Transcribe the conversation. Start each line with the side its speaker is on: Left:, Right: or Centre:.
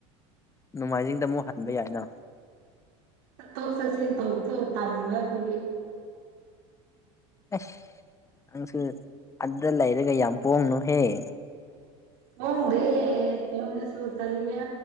Left: ꯅꯣꯡꯃꯥꯏꯖꯤꯡꯗ ꯑꯃꯨꯛ ꯍꯟꯕ ꯌꯥꯏꯅ
Right: ꯊꯞ ꯆꯁꯦ ꯊꯧꯗꯣ ꯇꯟ ꯑꯗꯨꯒꯤ
Left: ꯑꯁ ꯅꯪꯁꯨ ꯑꯗꯨꯗ ꯂꯩꯔꯒ ꯌꯥꯝ ꯄꯣꯡꯅꯨ ꯍꯌꯦ
Right: ꯑꯣꯣꯡꯗꯦ ꯌꯦꯣꯟꯗꯁ ꯃꯠꯇꯅꯤꯉ